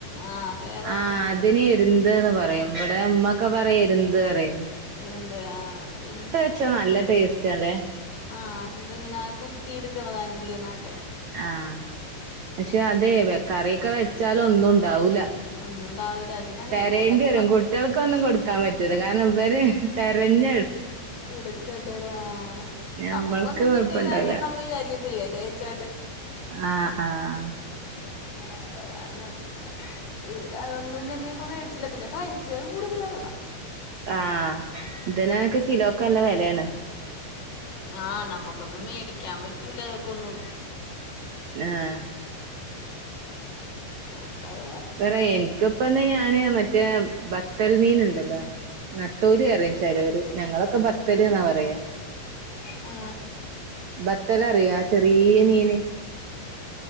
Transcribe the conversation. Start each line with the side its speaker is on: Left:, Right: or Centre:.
Left: ആഹ് വെ
Right: ആഹ് അതിന് എര്ന്ത്ന്ന് പറയും ഇവിടെ ഉമ്മൊക്കെ പറയും എര്ന്ത് പറയും
Left: എരുന്ത്‌ ആഹ് ഇ
Right: പക്ഷെ നല്ല ടേസ്റ്റാലേ
Left: ആഹ് എന്താ ഇങ്ങനെ കുത്തിട്ക്ക്ണതാ അയിന്റെ ഉള്ളി വെന്നാട്ട്
Right: ആഹ് പക്ഷെ അതെ കറിയൊക്കെ വെച്ചാല് ഒന്നും ഉണ്ടാവൂല
Left: ഒന്നും ഉണ്ടാവില്ല അതിനാണ്
Right: തെരേണ്ടി
Left: ഇപ്പൊ കല്ലുമ്മ
Right: വരും കുട്ട്യേള്ക്കൊന്നും കൊട്ക്കാൻ പറ്റൂല്ല കാരണം ഇവര് തെരഞ്ഞ
Left: ഇട്ക്കേണ്ടി വെരും ആഹ്
Right: ഞമ്മൾക്ക്
Left: നമുക്കൊന്നും
Right: കൊഴപ്പണ്ടാവൂല
Left: കിട്ടില്ലേങ്കി നമ്മള് വിചാരിക്കും പിള്ളേര് കഴിച്ചോ
Right: ആഹ് ആഹ്
Left: അപ്പതാരണം ഇവിടെ അതൊന്നും ഞങ്ങപ്പ മേടിച്ചില്ല പിന്നെ പൈസയും കൂടുതലാ ണള്ള
Right: ആഹ് ഇതിനൊക്കെ കിലോക്കല്ല വെലയേണ്
Left: ആഹ് നമ്മുക്കൊന്നും മേടിക്കാൻ പറ്റൂല്ല അതൊക്കെ ഒന്നും
Right: ആഹ്
Left: അപ്പത
Right: വേറെ എനിക്കിപ്പം ഞാൻ മറ്റേ ബത്തൽ മീൻ ണ്ടലോ നത്തോലി പറയും ചെലോര് ഞങ്ങളൊക്കെ ബത്തല് എന്നാ പറയാ
Left: ആ
Right: ബത്തലറിയോ ചെറിയ മീന്